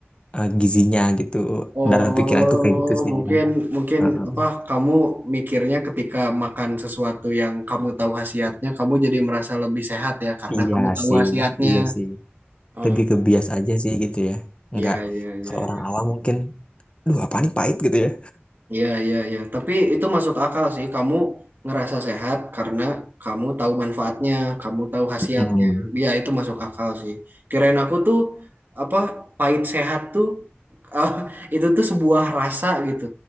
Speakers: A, on the left; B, on the right.
A: eh, gizinya gitu.
B: Oh,
A: Dalam pikiranku kayak gitu sih
B: mungkin
A: Dilan.
B: mungkin
A: Heeh.
B: apa kamu mikirnya ketika makan sesuatu yang kamu tahu khasiatnya, kamu jadi merasa lebih sehat ya karena
A: Iya
B: kamu tahu
A: sih,
B: khasiatnya.
A: iya sih.
B: Oh,
A: Lebih ke bias aja sih gitu ya. Enggak
B: iya iya iya.
A: kalau orang
B: iya.
A: awam mungkin, duh apa nih pahit gitu ya.
B: Iya, iya, iya. Tapi itu masuk akal sih. Kamu ngerasa sehat karena kamu tahu manfaatnya, kamu tahu khasiatnya.
A: Mm.
B: Iya, itu masuk akal sih. Kirain aku tuh apa pahit sehat tuh ah, <laughs> itu tuh sebuah rasa gitu.